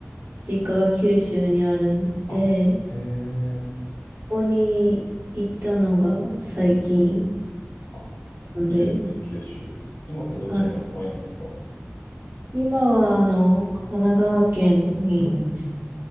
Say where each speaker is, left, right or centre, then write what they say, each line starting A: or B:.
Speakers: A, on the right; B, on the left.
A: 実家が九州にあるんで、
B: あ、へえ。
A: ここに行ったのが最近
B: あ、
A: なんで、
B: いいですね、九州。今ってどちらにお住まいなんですか
A: はい、今はあの神奈川県に、
B: うーん。